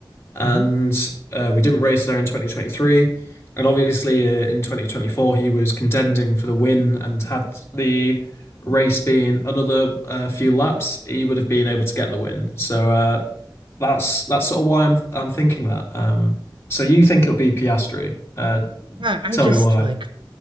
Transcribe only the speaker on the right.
Mhm.
I I
just
like